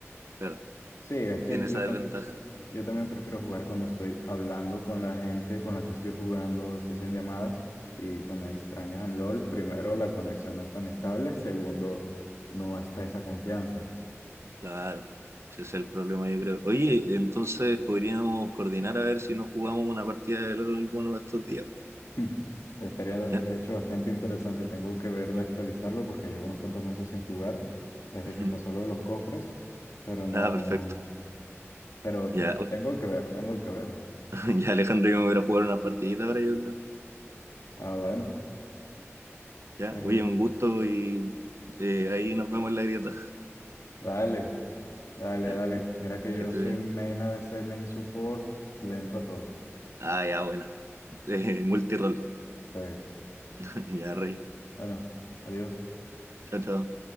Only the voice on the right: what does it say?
claro,
tiene
esa
desventaja.
Claro, ese es el problema, yo creo. Oye, entonces podríamos coordinar a ver si nos jugamos una partida de LOL alguno de estos días.
¿Ya?
<laughs>
Ah, perfecto.
Ya,
<laughs> ya Alejandro y yo me voy a ir a jugar una partidita ahora, yo creo.
Ya,
oye, un gusto y eh, ahí nos vemos en la grieta.
Dale,
que
estés
bien.
Ah, ya, bueno. <laughs> Eh, multirol.
<laughs> Ya, rey.
Chao, chao.